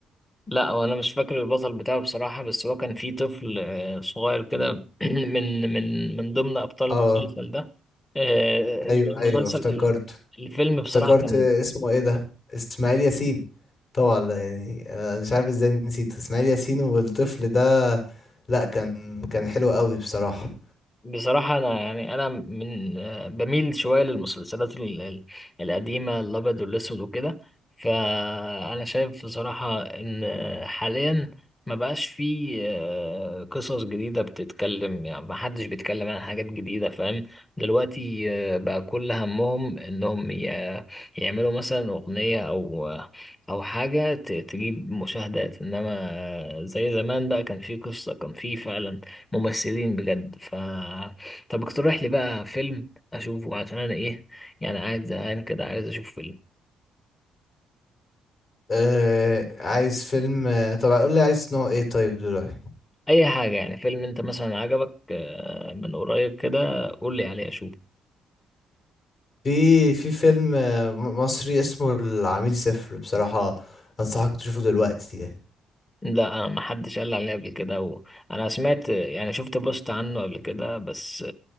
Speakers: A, on the left (about 15°); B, on the left (about 50°).
A: لا وانا مش فاكر البطل بتاعه بصراحة بس هو كان فيه طفل آه، صغير كده <clears throat> من من من ضمن ابطال
B: اه
A: المسلسل ده آه،
B: ايوه
A: المسلسل
B: ايوه افتكرت
A: الفيلم بصراحة
B: افتكرت
A: كان
B: اسمه ايه ده اسماعيل ياسين طبعا لا، يعني انا مش عارف ازاي نسيت اسماعيل ياسين والطفل ده لا كان كان حلو قوي بصراحة
A: بصراحة أنا يعني أنا من آه، بميل شوية للمسلسلات ال- ال- القديمة الأبيض والأسود وكده فأنا شايف بصراحة إن آه، حاليا ما بقاش فيه آه، قصص جديدة بتتكلم يعني ما حدش بيتكلم عن حاجات جديدة فاهم دلوقتي آه، بقى كل همهم إنهم ي- يعملوا مثلا أغنية أو أو حاجة ت- تجيب مشاهدات إنما آه، زي زمان بقى كان فيه قصة كان فيه فعلا ممثلين بجد ف طب اقترح لي بقى فيلم اشوفه عشان انا ايه يعني قاعد زهقان كده عايز اشوف فيلم
B: آه عايز فيلم آه، طب قول لي عايز نوع ايه طيب دلوقتي
A: اي حاجه يعني فيلم انت مثلا عجبك آه، من قريب كده قول لي عليه اشوفه
B: في في فيلم آه، م- مصري اسمه العميل صفر بصراحة أنصحك تشوفه دلوقتي يعني.
A: لا انا ما حدش قال لي عليه قبل كده و... انا سمعت يعني شفت بوست عنه قبل كده بس